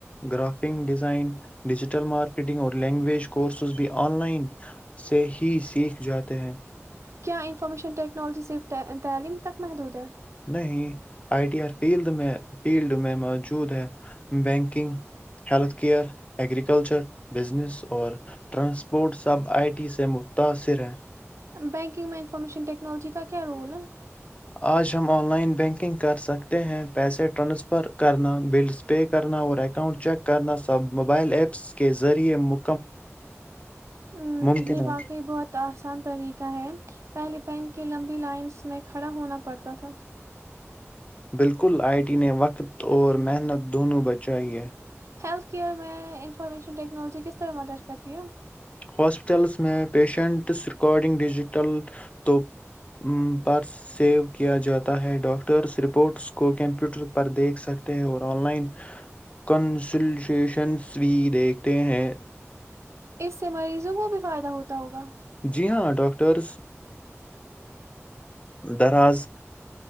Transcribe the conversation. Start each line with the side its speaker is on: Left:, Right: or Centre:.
Left: graphing design digital marketing اور لینگویج کو کورسز بھی آن لائن سے ہی سیکھ جاتے ہیں
Right: کیا انفارمیشن ٹیکنالوجی صرف تعلیم تک محدود ہے
Left: نہیں آئی ٹی ہر فیلڈ میں فیلڈ میں موجود ہے banking health care agriculture business اور ٹرانسپورٹ سب آئی ٹی سے متاثر ہیں
Right: بینکنگ میں انفارمیشن ٹیکنالوجی کا کیا رول ہے
Left: آج ہم آن لائن بینکنگ کر سکتے ہیں پیسے ٹرانسفر کرنا بلز پے کرنا اور اکاؤنٹ چیک کرنا سب موبائل ایپس کے ذریعے م
Right: ہ
Left: ممکن
Right: یہ
Left: ہے
Right: باقی بہت آسان طریقے ہے پہلے بینک کے لمبی لائنس میں کھڑا ہونا پڑتا تھا
Left: بالکل آئی ٹی نے وقت اور محنت دونوں بچائیے
Right: ہیلتھ کیئر میں انفارمیشن ٹیکنالوجی کس طرح مدد کرتی ہے
Left: ہاسپٹلز میں پیشنٹس ریکارڈنگ ڈیجیٹل تو پر سیو کیا جاتا ہے ڈاکٹرز رپورٹس کو کمپیوٹر پر دیکھ سکتے ہیں اور آن لائن کنسلٹیشنز بھی دیکھتے ہیں
Right: اس سے مریضوں کو بھی فائدہ ہوتا ہوگا
Left: جی ہاں ڈاکٹرس دراز